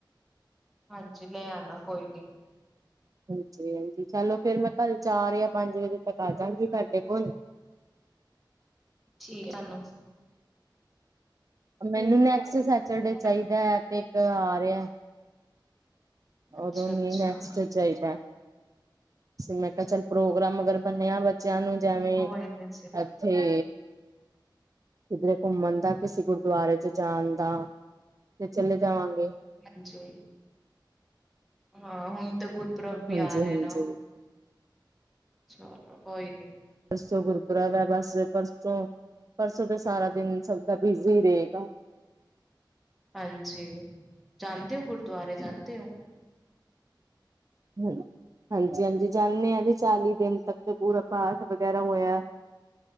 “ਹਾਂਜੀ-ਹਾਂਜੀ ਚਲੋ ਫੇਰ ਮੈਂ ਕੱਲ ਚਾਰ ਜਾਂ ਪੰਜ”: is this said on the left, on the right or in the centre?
Right